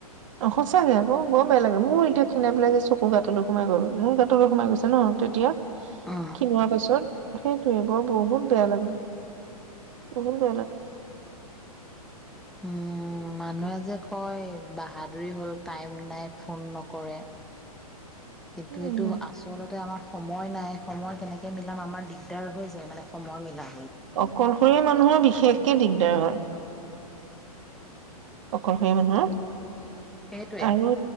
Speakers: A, on the right; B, in the centre.
A: অ সঁচাকে আকৌ বৰ বেয়া লাগে মোৰ এতিয়া খীনাই পেলাই যে চকু গাঁটোলৈ সোমাই গ'ল মোৰ গাঁটোলৈ সোমাই গৈছে ন তেতিয়া
B: অ
A: ক্ষীণোৱা পাছত। সেইটোয়ে বৰ বহুত বেয়া লাগে বু <unintelligible>
B: উম মানুহে যে কয় বাহাদুৰী হল টাইম নাই ফোন নকৰে কিন্তু
A: উম
B: এইটো আচলতে আমাৰ সময় নাই সময় কেনেকৈ মিলাম আমাৰ দিগদাৰ হৈ যায় মানে সময় মিলাম
A: অকলশৰীয়া মানুহৰ বিশেষ একে দিগদাৰ হয়। অকলশৰীয়া মানুহ
B: সেইটোৱে
A: আৰু